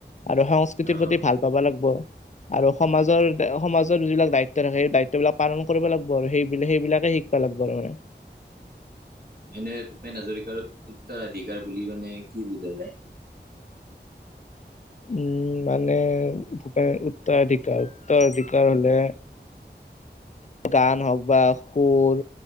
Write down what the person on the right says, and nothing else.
অ',
এনে ভূপেন হাজৰিকাৰ উত্তৰাধিকাৰ বুলি মানে, কি বুজা যায়? <inaudible>